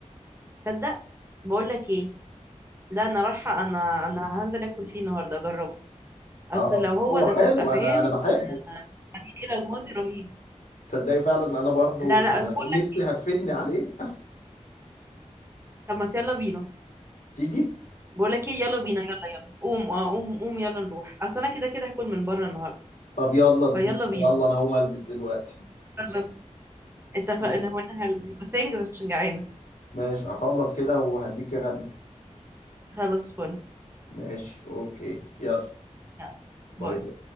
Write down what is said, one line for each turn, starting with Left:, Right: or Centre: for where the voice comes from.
Right: تصدق بقول لك ايه لا انا رايحة انا انا هنزل اكل فيه النهارده اجربه اصل
Left: اه
Right: لو هو
Left: هو
Right: ده
Left: حلو
Right: تبقى فاهم
Left: انا انا بحبه
Right: آه، يعني إيه الى الماضي رهيب
Left: تصدقي فعلا انا برضو
Right: لا لا طب
Left: آه،
Right: بقول لك
Left: نفسي
Right: ايه
Left: هفتني عليه
Right: طب ما يلا بينا
Left: <laughs> تيجي
Right: بقول لك ايه يلا بينا يلا يلا قوم اه قوم قوم يلا نروح اصل انا كده كده هاكل من بره النهارده
Left: طب يلا بينا
Right: فيلا بينا
Left: يلا انا هقوم البس دلوقتي
Right: خلاص اتفقنا
Left: ماشي
Right: وانا هلبس بس انجز عشان جعانة
Left: ماشي اخلص كده وهديك رنة
Right: خلاص فل
Left: ماشي اوكي يلا
Right: يلا،
Left: باي
Right: باي
Left: باي